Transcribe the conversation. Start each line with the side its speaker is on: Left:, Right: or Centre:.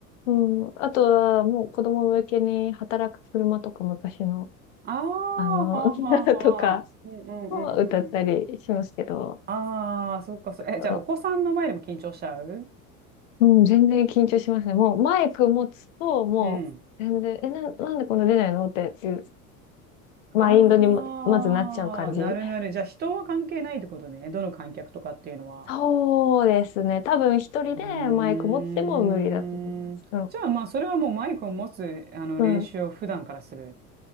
Left: うん、あとは、もう子供向けに働く車とか昔の、
Right: ああ、
Left: あの、
Right: はあはあはあ。
Left: <laughs> とか
Right: うんうんうんうん。
Left: を歌ったりしますけど、
Right: ああ、そうかそう。え、
Left: あの
Right: じゃあ、お子さんの前でも緊張しちゃう
Left: うん、全然緊張しますね。もうマイク持つと、もう全然、
Right: うん。
Left: え、な、なんでこんな出ないのっていうマインドにま、
Right: ああ、
Left: まずなっちゃう感じ。
Right: なるなる。じゃあ人は関係ないってことね。どの観客とかっていうのは。
Left: そうですね。多分一人でマイク持っても無理だと思います。
Right: うーん。じゃあまあそれはもうマイクを持つあの練習を普段からする。
Left: うん。